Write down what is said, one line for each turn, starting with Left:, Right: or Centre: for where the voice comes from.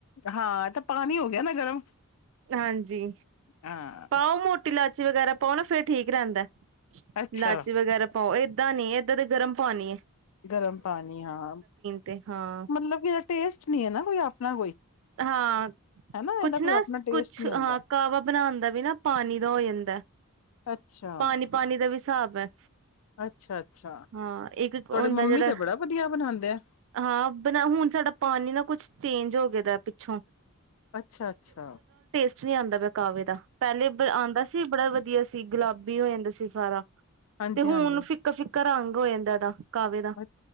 Left: ਹਾਂ ਤਾਂ ਪਾਣੀ ਹੋ ਗਿਆ ਨਾ ਗਰਮ
Right: ਹਾਂਜੀ
Left: ਹਾਂ
Right: ਪਾਓ ਮੋਟੀ ਲਾ ਚੀ ਵਗੈਰਾ ਪਾਓ ਨਾ ਫ਼ਿਰ ਠੀਕ ਰਹਿੰਦਾ
Left: ਅੱਛਾ
Right: ਲਾਚੀ ਵਗੈਰਾ ਪਾਓ ਏਦਾਂ ਨੀ ਏਦਾਂ ਤੇ ਗਰਮ ਪਾਣੀ ਏ।
Left: ਗਰਮ ਪਾਣੀ ਹਾਂ।
Right: ਤੇ ਹਾਂ
Left: ਮਤਲਬ ਕਿ ਇਹਦਾ ਟੇਸਟ ਨੀ ਹੈ ਨਾ ਕੋਈ ਆਪਣਾ ਕੋਈ
Right: ਹਾਂ
Left: ਹਨਾ
Right: ਕੁੱਛ
Left: ਇਹਦਾ ਕੋਈ
Right: ਨਾ
Left: ਆਪਣਾ ਟੇਸਟ
Right: ਕੁੱਛ
Left: ਨਹੀਂ ਹੁੰਦਾ
Right: ਹਾਂ ਕਾਵਾ ਬਣਾਉਦਾ ਵੀ ਨਾ ਪਾਣੀ ਦਾ ਹੋ ਜਾਂਦਾ
Left: ਅੱਛਾ
Right: ਪਾਣੀ ਪਾਣੀ ਦਾ ਵੀ ਸਾਬ ਹਿਸਾਬ ਹੈ
Left: ਅੱਛਾ ਅੱਛਾ
Right: ਹਾਂ ਇੱਕ
Left: ਤੁਹਾਡੇ
Right: ਹੁੰਦਾ
Left: ਮੰਮੀ
Right: ਜਿਹੜਾ
Left: ਤੇ ਬੜਾ ਵਧੀਆ ਬਣਾਉਂਦੇ ਆ
Right: ਹਾਂ ਬ ਹੁਣ ਸਾਡਾ ਪਾਣੀ ਨਾ ਕੁਛ ਚੇਂਜ ਹੋ ਗਏ ਦਾ ਪਿੱਛੋਂ
Left: ਅੱਛਾ ਅੱਛਾ
Right: ਕੁਛ ਨੀ ਆਉਂਦਾ ਪਿਆ ਕਾਵੇ ਦਾ ਪਹਿਲੇ ਆਉਂਦਾ ਸੀ ਬੜਾ ਵਧੀਆ ਸੀ। ਗੁਲਾਬੀ ਹੋ ਜਾਂਦਾ ਸੀ ਸਾਰਾ
Left: ਹਾਂਜੀ
Right: ਤੇ
Left: ਹਾਂਜੀ
Right: ਹੁਣ ਫਿੱਕਾ ਫਿੱਕਾ ਰੰਗ ਹੋ ਜਾਂਦਾ ਇਹਦਾ ਕਾਵੇ। ਦਾ
Left: ਅੱ